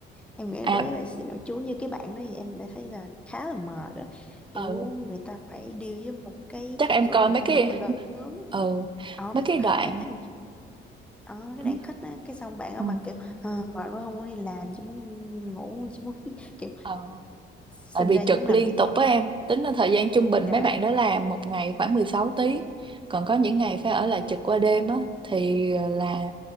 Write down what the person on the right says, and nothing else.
à
ừ,
chắc em
coi
mấy
cái
ừ
mấy
cái
đoạn
đúng
ừ,
ờ,
tại vì
trực
liên
tục
với em tính là thời gian trung bình
mấy bạn đó làm một ngày khoảng 16 tiếng còn có những ngày phải ở lại trực qua đêm á thì ờ, là